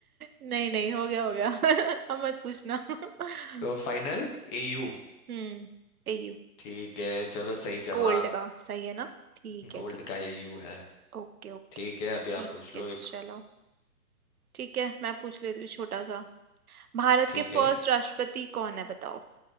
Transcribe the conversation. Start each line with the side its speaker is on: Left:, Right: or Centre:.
Right: नहीं नहीं हो गया हो गया <laughs> अब मत पूछना <laughs>
Left: तो फाइनल ए यू
Right: हम्म एयू
Left: ठीक है चलो सही जवाब
Right: कोल्ड का सही है ना ठीक है
Left: गोल्ड
Right: ठीक
Left: का
Right: है
Left: ए यू है
Right: ओके ओके
Left: ठीक है अभी
Right: ठीक
Left: आप पूछ लो
Right: है
Left: एक
Right: चलो ठीक है मैं पूछ लेती हूँ छोटा सा भारत
Left: ठीक
Right: के फर्स्ट
Left: है
Right: राष्ट्रपति कौन है बताओ